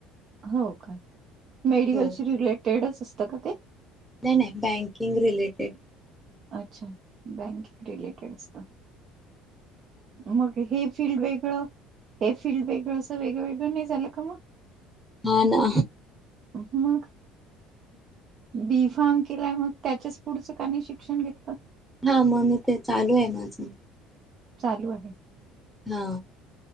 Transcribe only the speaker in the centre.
हो
नाय नाय, बँकिंग रिलेटेड.
हा ना
हा म मी ते चालू आहे माझं.
हा